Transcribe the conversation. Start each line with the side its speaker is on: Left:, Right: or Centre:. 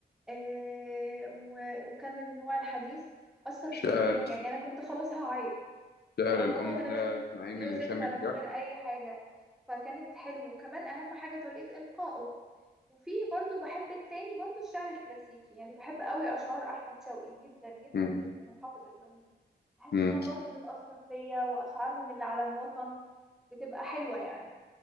Centre: آه، و- وكان من نوع الحديث أثر
Left: شعر
Centre: فيا جدا يعني أنا كنت خلاص هعيط
Left: شعر
Centre: م- وهو
Left: الأم
Centre: من غير
Left: ده
Centre: مي-
Left: اسمعيه
Centre: ميوزك
Left: من هشام
Centre: ولا
Left: الجح
Centre: من غير أي حاجة فكانت حلوة وكمان أهم حاجة طريقة إلقائه وفي برضو بحب التاني برضو الشعر الكلاسيكي يعني بحب قوي أشعار أحمد شوقي جدا جدا
Left: مم.
Centre: جدا وحافظ إبراهيم بحس
Left: مم.
Centre: إنها برضو بتأثر فيا وأشعارهم اللي على الوطن بتبقى حلوة يعني